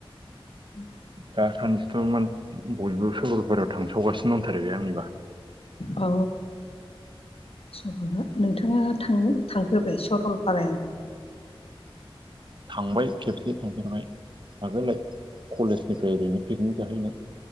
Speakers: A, on the left; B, on the right.
A: <inaudible>
B: दा सानजथ' मोन बयबो सरलपारायाव थांसावगासिनो दंथारो बे आंनिबा।
A: अ <unintelligible> नोंथाङा थां-थांफेरबाय सरलपारायाव?
B: थांबाय खेबसे थांफेरबाय आगोलो कलेजनिफ्राय ओरैनो पिकनिक जाहैनाय।